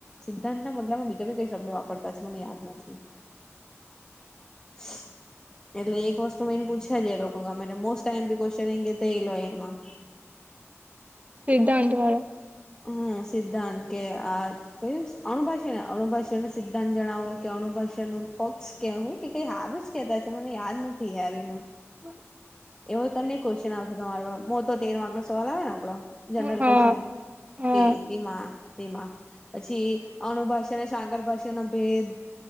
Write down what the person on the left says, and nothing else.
સિદ્ધાંત ના બદલામાં બીજા બી કઈ શબ્દ વાપરતા છે મને યાદ નથી. <unintelligible> એટલે એક વસ્તુ મેન પૂછે જ એ લોકો ગમેતે મોસ્ટ આઇએમપી ક્વેશ્ચન <unintelligible> તેૈલો એમાં.
હમ સિદ્ધાંત કે આજ અણુભાષને અણુભાષાનો સિદ્ધાંત જણાવો કે અણુભાષા નું પક્ષ કેવું કે કઈ સારું જ કતા છે મને યાદ નથી યાર એનું.
એવો કને ક્વેશ્ચન આવશે તમારો મોટો તેર માર્ક નો સવાલ આવે ને આપડો જનરલ
ક્વેશ્ચન.
તે તેમાં તેમાં પછી અનુભાષા સાંકરભાષા નો ભેદ